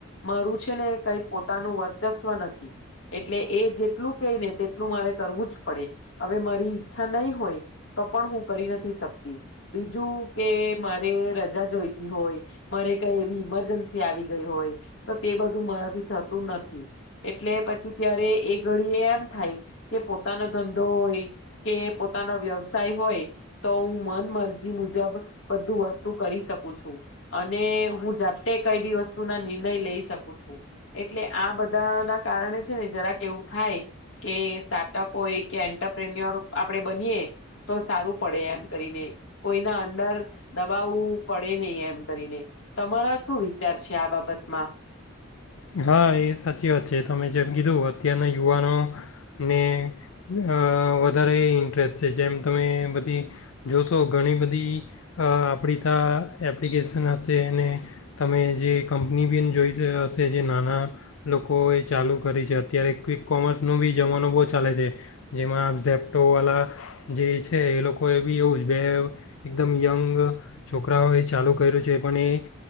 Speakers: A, on the left; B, on the left.
A: મારું છે ને કઈ પોતાનું વર્ચસ્વ નથી, એટલે એ જેટલું કેઈ ને તેટલું મારે કરવું જ પડે અવે મ છા નઈ હોય તો પણ હું કરી નથી શકતી, બીજું કે મારે રજા જોઈતી હોય, મારે કઈ એવી ઈમરજન્સી આવી ગઈ હોય, તો તે બધું મારાથી થતું નથી એટલે પછી ત્યારે એ ઘડી એ એમ થાય કે પોત તાનો ધંધો હોય કે પોતાનો વ્યવસાય હોય તો હું મન મરજી મુજબ બધું વસ્તુ કરી શકું છું, અને હું જાતે કઈ બી વસ્તુ ના નિર્ણય લઈ શકું છું, એટલે આ બધા ના કારણે છે ને જરાક એવું થાય કે સ્ટાર્ટઅપ અને કોઈ કે એન્ટરપ્રેનર આપડે બનીએ તો સારું પડે એમ કરીને કોઈના અંદર દબાવ પડે નહી એમ કરીને, તમારા શું વિચાર છે આ બાબતમાં?
B: હા એ સાચી વાત છે તમે જેમ કીધું અત્યારના યુવાનોને અ વધારે ઇન્ટરેસ્ટ છે જેમ તમે બધી જોશો ઘણી બધી અ આપડી તા એપ્લિકેશન હશે અને તમે જે કંપની બિન જોઈ હશે જે નાના લોકોએ ચાલુ કરી છે, અત્યારે કંઈક કોમર્સનો બી જમાનો બહુ ચાલે છે. જેમાં ઝેપટોવાળા જે છે એ લોકો એ બી એવું જ બે એકદમ યંગ છોકરાઓએ ચાલુ કર્યું છે, પણ એ